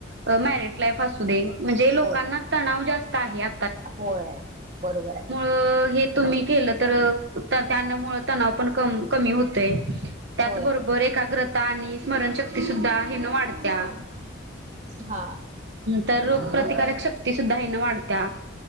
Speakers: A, on the right; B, on the right.
A: अ मॅरिड लाईफ असू दे म्हणजे लोकांना
B: होय
A: तणाव जास्त आहे आ
B: होय बरोबरय.
A: अ हे तुम्ही केलं तर, त्या ताना मुळ तणाव पण कम कमी होतोय. त्याच
B: होय
A: बरोबर एकाग्रता आणि स्मरणशक्ती सुद्धा हे न वाढत्या
B: हां.
A: तर रोग प्रतिकारक शक्ती सुद्धा ह्यान वाढत्या,